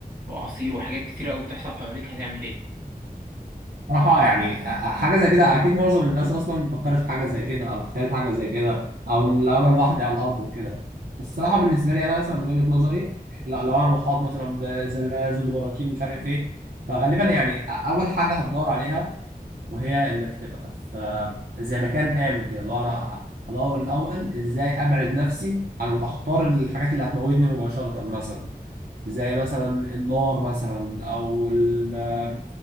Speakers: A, on the right; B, on the right.
A: واعاصير وحاجات كتيرة قوي بتحصل حواليك هتعمل ايه
B: صراحة يعني ح- حاجة زي كده أكيد معظم الناس أصلا فكرت في حاجة زي كده أو تخيلت حاجة زي كده أو لو أنا لوحدي على الأرض وكده الصراحة بالنسبة لي أنا مثلا من وجهة نظري لو لو أنا محاط مثلا بزلازل براكين مش عارف إيه فغالبا يعني أ- أول حاجة هتدور عليها وهي إنك تبقى في زي مكان آمن كده لو أنا أدور الأول إزاي أبعد نفسي عن الأخطار الحاجات اللي هتموتني مباشرة مثلا زي مثلا النار مثلا او ال-